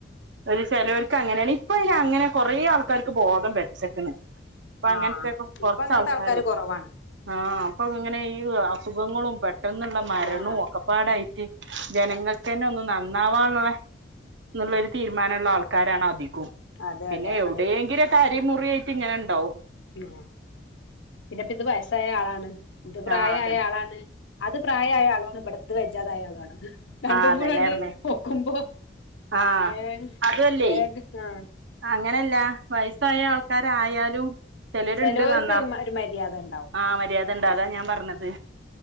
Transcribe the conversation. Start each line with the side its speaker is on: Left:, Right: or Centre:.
Right: ഒരു ചേലോർക്ക് അങ്ങനെയാണ് ഇപ്പൊ ര അങ്ങനെ കൊറേ ആൾക്കാർക്ക് ബോധം വെച്ച്ക്ക്ണ് ഇപ്പൊ അങ്ങൻത്തെക്കെ
Left: ആഹ്
Right: കൊറച്ച്
Left: ഇപ്പൊ അങ്ങനത്തെ
Right: ആൾക്കാരുള്ളൂ
Left: ആൾക്കാര് കൊറവാണ്
Right: ആഹ് അപ്പൊ ഇങ്ങനെ ഈ അസുഖങ്ങളും പെട്ടെന്ന്ള്ള മരണും
Left: ആഹ്
Right: ഒക്കെപ് പാടെയിറ്റ് ജനങ്ങൾക്കന്നെ ഒന്നും ന നന്നാവാള്ള ന്ന്ള്ളാരു തീരുമാനംള്ള ആൾക്കാരാണ് അധികും
Left: അതെ
Right: പിന്നെ
Left: അതെ
Right: എവിടെങ്കിലും
Left: അത്
Right: ക്കെ അരെം മുറിം യായിട്ട് ഇങ്ങനെണ്ടാവും
Left: പിആഹ് പിന്നെപ്പിത് വയസ്സായ ആളാണ് ഇത് പ്രായയായ
Right: ആഹ് അതന്നെ
Left: ആളാണ് അത് പ്രായയായ ആളാണ് ഇവിടത്ത് വെജ്ജാതായ ആളു ആണ് രണ്ടും
Right: ആഹ് അതന്നെയാർന്ന്
Left: കൂടെണ്ട് ഒക്കുമ്പോ
Right: ആഹ്
Left: വേഗം
Right: അതുവല്ലേ
Left: വേഗ ആഹ്
Right: അങ്ങനെയല്ല വയസ്സായ ആൾക്കാരായാലും ചെലോര്ണ്ട്
Left: ചിലവർക്ക്
Right: നന്നാഹ്
Left: ഒരു മര്യാദ ഉണ്ടാവും
Right: ആഹ് മര്യാദണ്ട് അതാ ഞാൻ പർണത്